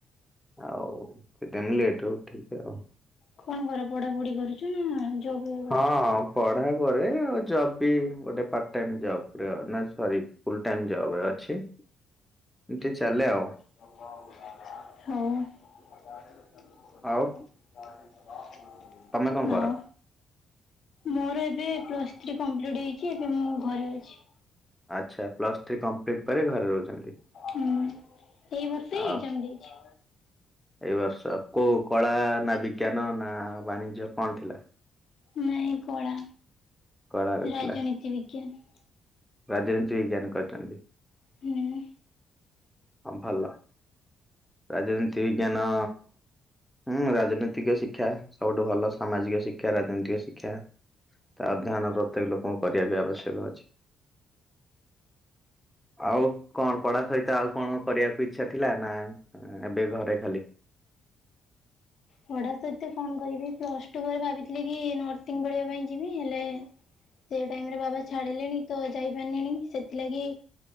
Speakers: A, in the centre; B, on the left.
A: ଆଉ ସେଥିପାଇଁ ମୁଁ ଲେଟରେ ଉଠିଛି ଆଉ।
B: କଣ କର ପଢାପଢି କରୁଛ ନା ଜବ୍ ଇଏ କରୁଛ?
A: ହଁ ପଢା କରେ ଆଉ ଜବ ବି ଗୋଟେ ପାର୍ଟ ଟାଇମ ଜବ ନା ସରୀ ଫୁଲ ଟାଇମ ଜବରେ ଅଛି। ଇମିତି ଚାଲେ ଆଉ।
B: ହଉ। <inaudible>
A: ଆଉ
B: <inaudible> ହଁ
A: ତମେ କଣ କର?
B: ମୋର ଏବେ ପ୍ଲସ୍ ଥ୍ରୀ କଂପ୍ଲିଟ୍ ହେଇକି ଏବେ ମୁଁ ଘରେ ଅଛି।
A: ଆଚ୍ଛା ପ୍ଲସ୍ ଥ୍ରୀ କମ୍ପ୍ଲିଟି ପରେ ଘରେ ରହୁଛନ୍ତି।
B: ହୁଁ ଏଇ ବର୍ଷ ହି
A: ଅ
B: ଏକ୍ଜାମ ଦେଇଛି।
A: ଏଇ ବର୍ଷ କୋଉ କଳା ନା ବିଜ୍ଞାନ ନା ବାଣିଜ୍ୟ କଣ ଥିଲା?
B: ନାଇଁ କଳା
A: କଳାରେ
B: ରାଜନୀତି
A: ଥିଲା
B: ବିଜ୍ଞାନ।
A: ରାଜନୀତି ବିଜ୍ଞାନ କରିଛନ୍ତି।
B: ହୁଁ।
A: ହଁ ଭଲ ରାଜନୀତି ବିଜ୍ଞାନ ହୁଁ ରାଜନୈତିକ ଶିକ୍ଷା ସବୁଠୁଁ ଭଲ ସାମାଜିକ ଶିକ୍ଷା ରାଜନୈତିକ ଶିକ୍ଷା। ତା ଅଧ୍ୟୟନ ପ୍ରତ୍ୟେକ ଲୋକଙ୍କୁ କରିବା ବି ଆବଶ୍ୟକ ଅଛି। ଆଉ କଣ ପଢା ସହିତ ଆଉ କଣ କରିବାକୁ ଇଚ୍ଛା ଥିଲା। ନାଁ ଏବେ ଘରେ ଖାଲି।
B: ପଢ଼ା ସହିତ କଣ କରିବି ପ୍ଲସ ଟୁ ବେଳେ ଭାବିଥିଲି କି ନର୍ସିଂ ପଢିବା ପାଇଁ ଯିବି ହେଲେ ସେଇ ଟାଇମରେ ବାବା ଛାଡିଲେଣି ତ ଯାଇପାରିଲିଣି ସେଥିଲାଗି